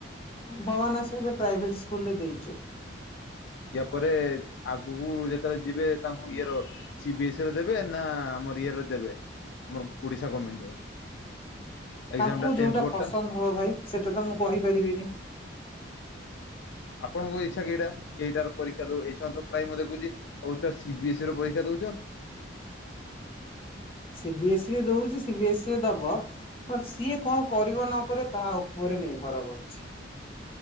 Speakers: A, on the left; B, on the left.
A: ଭଗବାନ୍ ଇଚ୍ଛାରୁ ପ୍ରାଇଭେଟ୍ ସ୍କୁଲ୍ ରେ ଦେଇଚୁ।
B: ଇଆ ପରେ ଆଗୁକୁ ଯେତେବେଳେ ଯିବେ ତାଙ୍କୁ ଇଏର ସି ବିି ଏସ୍ ରେ ଦେବେ ନା ଆମର ଇଏରେ ଦେବେ ଆମର ଓଡିଶା ଗର୍ମେଣ୍ଟ୍ ର? ଏକ୍ଜାମ
A: ତାଙ୍କୁ
B: ଟା
A: ଯଉଟା
B: ଟେନ୍ଥ ବୋର୍ଡ
A: ପସନ୍ଦ୍
B: ଟା
A: ହବ ଭାଇ ସେଟା ତ ମୁଁ କହିପାରିବିନି।
B: ଆପଣଙ୍କୁ ଇଚ୍ଛା କେଇଟା ଏଇଟାର ପରୀକ୍ଷା ଦଉ ଏଇ ଇଛା ତ ପ୍ରାୟ ମୁଁ ଦେଖୁଚି। ହଉ ଛୁଆ ସି ବି ଏସ୍ ଇ ର ପରୀକ୍ଷା ଦଉଚନ୍
A: ସିବି ଏସ୍ଇ ରେ ଦଉଚି ସିବି ଏସ୍ ଇ ରେ ଦବ। ହଁ- ସିଏ କଣ କରିବ ନକରିବ ତା ଉପରେ ନିର୍ଭର କରୁଚି।